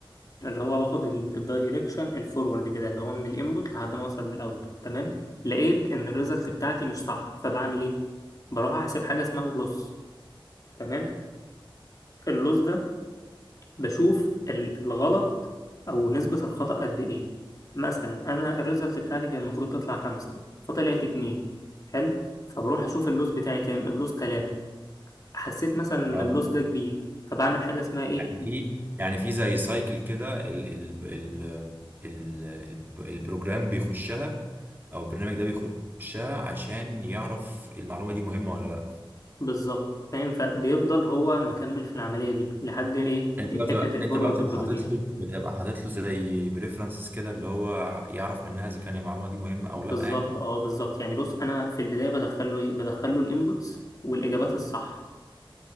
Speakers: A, on the left; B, on the right.
A: اللي هو باخد الدايركشن الفورورد كده اللي هو من الانبوت لحد ما اوصل للاوتبوت تمام لقيت ان الريزلت بتاعتي مش صح فبعمل ايه بروح احسب حاجه اسمها اللوس تمام اللوس ده بشوف ال- الغلط او نسبة الخطأ قد ايه مثلا انا الريزلت بتاعتي كان المفروض تطلع خمسة فطلعت اتنين حلو فبروح اشوف اللوس بتاعي كام اللوس تلاتة حسيت مثلا ان
B: اه
A: اللوس ده كبير فبعمل حاجة اسمها ايه
B: يعني في يعني في زي سايكل كده ال ال ال ال ال البروجرام بيخشها او البرنامج ده بيخشها عشان يعرف المعلومه دي مهمه ولا لا
A: بالظبط فاهم فبيفضل هو مكمل في العملية دي لحد ايه
B: انت
A: دي
B: بقى بتبقى
A: حتة الفورورد
B: انت بقى بتبقى
A: بروباجيشن
B: حاطط له بتبقى حاطط له زي بريفرنسز كده اللي هو يعرف منها اذا كان المعلومه دي مهمه او لا
A: بالظبط
B: يعني
A: اه بالظبط يعني بص انا في البداية بدخله ايه بدخله الانبوتس والاجابات الصح